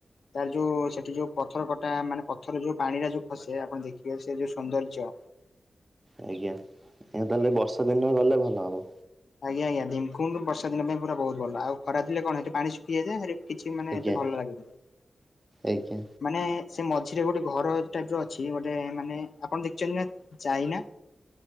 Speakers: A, on the left; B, on the right.
A: ତାର ଯୋଉ ସେଠି ଯୋଉ ପଥର କଟା ମାନେ ପଥର ଯୋଉ ପାଣି ଟା ଯୋଉ ଖସେ ଆପଣ ଦେଖିବେ ସେ ଯୋଉ ସୌନ୍ଦର୍ଯ୍ୟ ହ
B: ଆଜ୍ଞା ଏ ତାହେଲେ ବର୍ଷା ଦିନ ଗଲେ ଭଲ ହବ?
A: ଆଜ୍ଞା ଆଜ୍ଞ୍ୟା, ଭିକୁଣ୍ରୁ ବର୍ଷା ଦିନ ପାଇଁ ପୁର ବହୁତ ଭଲ ଆଉ ଖରା ଦଲେ କଣ ସେଠ ପାଣି ଶୁଖିଯଏ କିଛି ମାନେ
B: ଆଜ୍ଞା
A: ଏତେ ଭଲ ଲାଗେନି।
B: ଆଜ୍ଞା
A: ମାନେ ସେ ମଝିରେ ଗୋଟେ ଘର ଟାଇପ ର ଅଛି ଗୋଟେ ମାନେ ଆପଣ ଦେଖିଛନ୍ତି ନା ଯାଇନା।